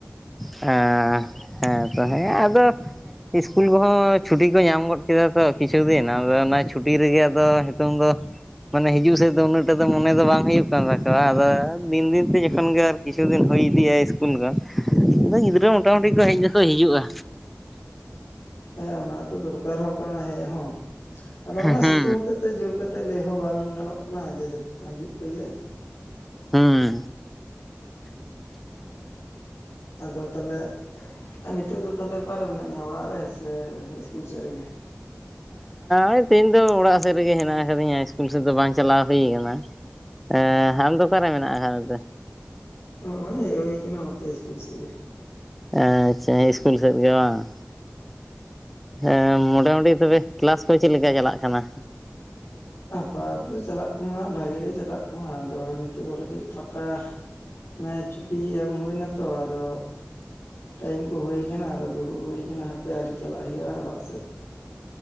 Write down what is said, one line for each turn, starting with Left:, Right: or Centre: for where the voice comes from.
Centre: ᱦᱮᱸ- ᱦᱮᱸ ᱛᱚ -ᱦᱮᱸ ᱟᱫᱚ ᱤᱥᱠᱩᱞ ᱠᱚ-ᱦᱚᱸ ᱪᱷᱩᱴᱤ ᱠᱚ, ᱧᱟᱢ ᱜᱚᱫ ᱠᱮᱫᱟ ᱛᱚ ᱾ ᱠᱤᱪᱷᱩ ᱫᱤᱱ, ᱟᱫᱚ ᱚᱱᱟ ᱪᱷᱽᱩᱴᱤ ᱨᱮᱜᱮ ᱟᱫᱚ ᱦᱤᱛᱚᱝ ᱫᱚ᱾ ᱢᱟᱱᱮ ᱦᱤᱡᱩᱼᱜ ᱥᱮᱫ ᱫᱚ᱾ ᱩᱱᱟᱹᱜ ᱴᱟᱜ ᱫᱚ ᱢᱚᱱᱮ ᱫᱚ ᱵᱟᱝ ᱦᱩᱭᱩᱼᱜ ᱠᱟᱱ ᱛᱟᱠᱚᱣᱼᱟ᱾ ᱟᱫᱚ ᱫᱤᱱ - ᱫᱤᱱ ᱛᱮ ᱡᱚᱠᱷᱚᱱ ᱜᱮ ᱟᱨᱠᱤ ᱠᱤᱪᱷᱩ ᱫᱤᱱ ᱦᱩᱭ ᱤᱫᱤᱜᱼᱟ᱾ ᱤᱥᱠᱩᱞ ᱠᱚ, ᱟᱫᱚ ᱜᱤᱫᱽᱨᱟᱹ ᱢᱚᱴᱟ-ᱢᱩᱴᱤ ᱠᱚᱸ ᱦᱮᱡ ᱫᱚᱠᱚ ᱦᱤᱡᱩᱜᱼᱟ᱾
Left: ᱦᱮᱸ ᱚᱱᱟ ᱛᱚ, ᱫᱚᱨᱠᱟᱨ ᱦᱚᱸ ᱠᱟᱱᱟ᱾ ᱦᱮᱡ ᱦᱚᱸ ᱟᱫᱚ
Centre: ᱦᱩᱸ
Left: ᱚᱱᱟ ᱥᱤᱛᱩᱝ ᱦᱚᱛᱮᱫ ᱛᱮ, ᱡᱳᱨ ᱠᱟᱛᱮ ᱮᱱᱛᱮ ᱞᱟᱹᱭ ᱦᱚᱸ ᱵᱟᱝ ᱜᱟᱱᱚᱼᱜ ᱠᱟᱱᱟ᱾ ᱡᱮ ᱡᱷᱚ ᱦᱤᱡᱩᱼᱜ ᱯᱮᱜᱮ
Centre: ᱦᱩᱸ᱾
Left: ᱟᱫᱚ ᱛᱟᱦᱚᱞᱮ ᱱᱤᱛᱚᱼᱜ ᱫᱚ᱾ ᱛᱟᱦᱞᱮ ᱚᱠᱟᱨᱮ ᱢᱮᱱᱟᱼᱜ ᱢᱮᱭᱟ᱾ ᱚᱲᱟᱜ ᱨᱮ ᱥᱮ ᱤᱥᱠᱩᱞ ᱥᱮᱫ ᱨᱮᱜᱮ?
Centre: ᱦᱮᱸ ᱛᱮᱦᱮᱧ ᱫᱚ᱾ ᱚᱲᱟᱜ ᱥᱮᱫ ᱨᱮᱜᱮ ᱦᱮᱱᱟᱼᱜ ᱟᱠᱟᱫᱤᱧᱟ᱾ ᱤᱥᱠᱩᱞ ᱥᱮᱫ ᱫᱚ ᱵᱟᱝ ᱪᱟᱞᱟᱼᱣ ᱦᱩᱭ ᱠᱟᱱᱟ᱾ ᱮᱦᱸ ᱟᱢ ᱫᱚ, ᱚᱠᱟᱨᱮ ᱢᱮᱱᱟᱼᱜ ᱠᱟᱫ ᱢᱮᱛᱮ?
Left: ᱚᱭ ᱦᱮᱡ ᱦᱩᱭ ᱠᱟᱱᱟ᱾ ᱱᱚᱛᱮ ᱤᱥᱠᱩᱞ ᱥᱮᱡ ᱜᱮ
Centre: ᱟᱪᱷᱟ ᱤᱥᱠᱩᱞ ᱥᱮᱫ ᱨᱮᱜᱮ ᱵᱟᱝ? ᱦᱮᱸ ᱢᱚᱴᱟ - ᱢᱟᱴᱤ ᱛᱚᱵᱮ ᱠᱮᱞᱟᱥ ᱠᱚ᱾ ᱪᱮᱫ ᱞᱮᱠᱟ ᱪᱟᱞᱟᱼᱜ ᱠᱟᱱᱟ᱾
Left: ᱟᱯᱟ ᱛᱚ, ᱛᱚ ᱪᱟᱞᱟ-ᱜ ᱠᱟᱱᱟ᱾ ᱵᱷᱟᱜᱤ ᱜᱮ ᱪᱟᱞᱟᱼᱜ ᱠᱟᱱᱟ᱾ ᱟᱫᱚ ᱱᱤᱛᱚᱼᱜ ᱫᱚ ᱠᱟᱹᱴᱤᱡ ᱯᱷᱟᱠᱟ᱾ ᱚᱱᱮ ᱪᱷᱽᱩᱴᱤ ᱮᱢ, ᱦᱩᱭ ᱮᱱᱟᱛᱚ᱾ ᱟᱫᱚ ᱴᱟᱭᱤᱢ ᱠᱚ ᱦᱩᱭᱩ ᱠᱟᱱᱟ᱾ ᱟᱫᱚ ᱫᱩᱲᱩᱵ ᱦᱩᱭ ᱠᱟᱱᱟ᱾ ᱦᱟᱯᱮ ᱟᱹᱣᱨᱤ ᱪᱟᱞᱟᱼᱜ ᱦᱩᱭᱩᱜᱼᱟ᱾ ᱚᱲᱟᱜ ᱥᱮᱫ